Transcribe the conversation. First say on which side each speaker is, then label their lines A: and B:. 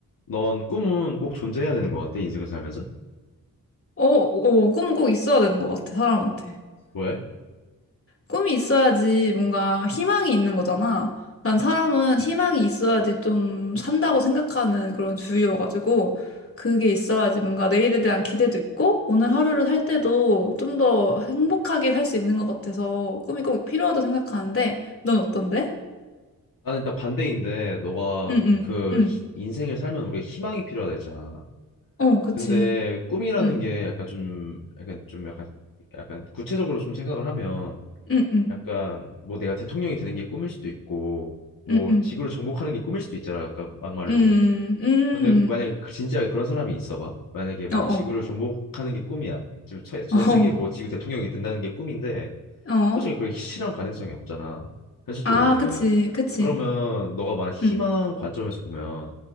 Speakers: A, on the left; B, on the left.
A: 넌 꿈은 꼭 존재해야 되는 것 같아, 인생을 살면서?
B: 어, 어, 꿈은 꼭 있어야 되는 것 같아, 사람한테.
A: 왜?
B: 꿈이 있어야지 뭔가 희망이 있는 거잖아. 난 사람은 희망이 있어야지 좀 산다고 생각하는 그런 주의여가지고, 그게 있어야지 뭔가 내일에 대한 기대도 있고, 오늘 하루를 살 때도 좀 더 행복하게 살 수 있는 것 같아서 꿈이 꼭 필요하다고 생각하는데, 넌 어떤데?
A: 나는 일단 반대인데, 너가
B: 응, 응,
A: 그
B: 응,
A: 희- 인생을 살면 우리가 희망이 필요하다 했잖아.
B: 어, 그치.
A: 근데 꿈이라는
B: 응,
A: 게 약간 좀, 약간 좀 약간, 약간 구체적으로 좀 생각을 하면,
B: 응, 응,
A: 약간 뭐 내가 대통령이 되는 게 꿈일 수도 있고, 뭐
B: 응, 응,
A: 지구를 정복하는 게 꿈일 수도 있잖아, 약간 막말로.
B: 응응, 응응,
A: 근데 그 만약에 그 진지하게 그런 사람이 있어봐. 만약에 뭐
B: 어, 어,
A: 지구를 정복하는 게 꿈이야. 지금 최- 전
B: <laughs>
A: 세계 뭐 지구 대통령이 된다는 게 꿈인데,
B: 어, 어.
A: 솔직히 그게 실현 가능성이 없잖아. 현실적으로는.
B: 아, 그치, 그치.
A: 그러면 너가 말한 희망
B: 음,
A: 관점에서 보면